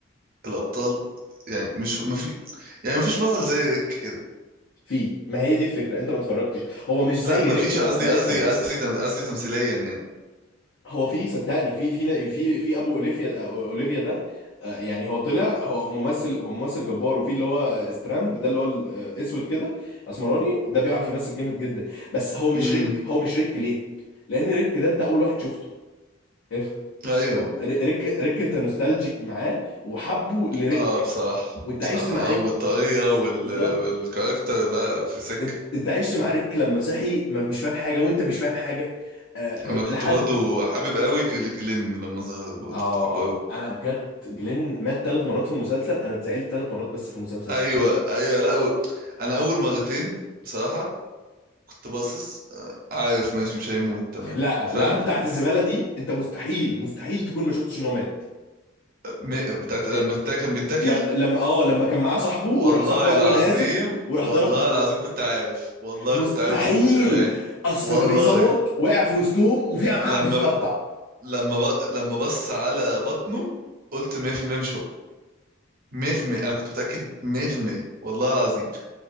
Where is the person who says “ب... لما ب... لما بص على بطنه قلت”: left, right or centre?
Right